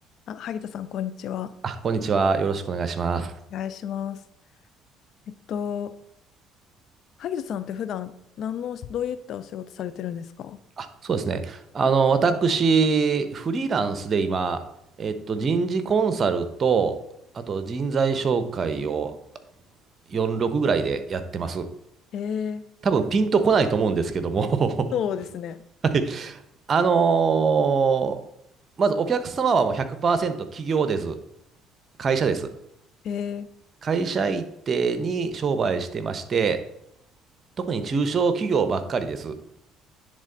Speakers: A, on the left; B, on the right.
A: あ、萩田さん、こんにちは。
B: あ、こんにちは。よろしくお願いします。
A: お願いします。えっと、萩田さんって普段、何の、どういったお仕事されてるんですか
B: あ、そうですね。あの、私、フリーランスで今、えっと、人事コンサルと、あと人材紹介を46ぐらいでやってます。
A: えー、
B: 多分ピンとこないと思うんですけども。
A: そうですね。
B: <laughs> はい。あのーまずお客様はもう100%企業です。会社です。
A: えー、
B: 会社一定に商売してまして、特に中小企業ばっかりです。